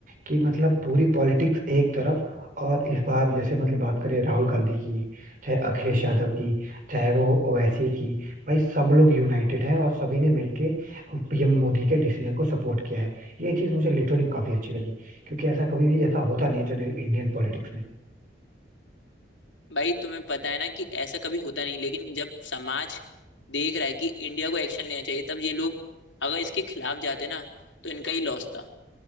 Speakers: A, on the right (about 45°); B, on the left (about 80°).
A: कि मतलब पूरी पॉलिटिक्स एक तरफ और इस बार जैसे मतलब बात करें राहुल गांधी की चाहे अखिलेश यादव की चाहे वो ओवैसी की भाई सब लोग यूनाइटेड है और सभी ने मिलके पीएम मोदी के डिसीजन को सपोर्ट किया है ये चीज मुझे लिटरली काफी अच्छी लगी क्योंकि ऐसा कभी भी ऐसा होता नहीं है जनरल इंडियन पॉलिटिक्स में
B: भाई तुम्हें पता है ना कि ऐसा कभी होता नहीं लेकिन जब समाज देख रहा है कि इंडिया को एक्शन लेना चाहिए तब ये लोग अगर इसके खिलाफ जाते ना तो इनका ही लॉस था